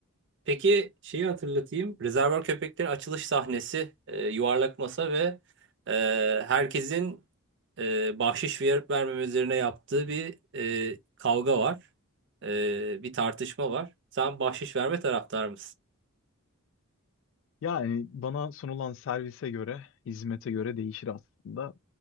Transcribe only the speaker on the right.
Peki şeyi hatırlatayım. Rezervuar Köpeklerin açılış sahnesi e, yuvarlak masa ve e, herkesin e, bahşiş verip vermeme üzerine yaptığı bir e, kavga var. E, bir tartışma var. Sen bahşiş verme taraftar mısın?